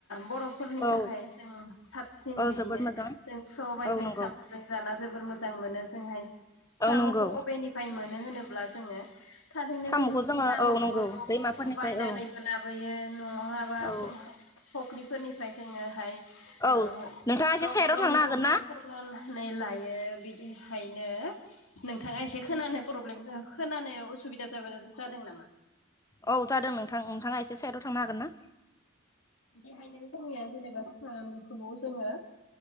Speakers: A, on the left; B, on the left.
A: बर'फोरनि
B: औ
A: थाखाय जों साबसिन
B: औ
A: बिदिनो
B: जोबोद मोजां
A: जों सबायजों
B: औ नंगौ
A: साम'जों जोबोर मोजां मोनो जोंहाय साम'खौ
B: औ नंगौ
A: अबेनिफ्राय मोनो होनोब ब्ला जोङो थारैनो
B: साम'खौ
A: जों सिखाम'खौ
B: जोङो औ नंगौ दैमाफोरनिफ्राय
A: बायनानैबो
B: औ
A: लाबोयो नहाबा
B: औ
A: फ- फुख्रिफोरनि ओमफ्राय जोङोहाय नआव
B: औ नोंथाङा एसे
A: गावबा
B: साइदाव
A: गावनि
B: थांनो हागोन
A: फख्रियाव
B: ना
A: खना नै लायो बिदिहायनो नोंथाङा एसे खोनानो प्रब्लेम खोनानायाव असुबिदा जाब जादों नामा
B: औ जादों नोंथां नोंथाङा एसे साइदआव थांनो हागोन ना
A: बिदिहायनो जोंनिया जेनेबा साम'खौबो जोङो